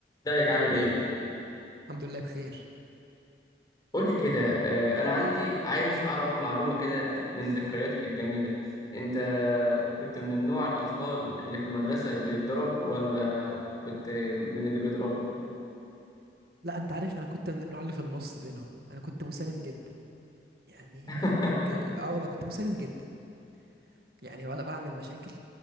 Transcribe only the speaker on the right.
الحمد لله بخير
لا انت عارف انا كنت من النوع اللي في النص بينهم انا كنت مسالم جدا يعني
انا كنت اه والله كنت مسالم جدا يعني ولا بعمل مشاكل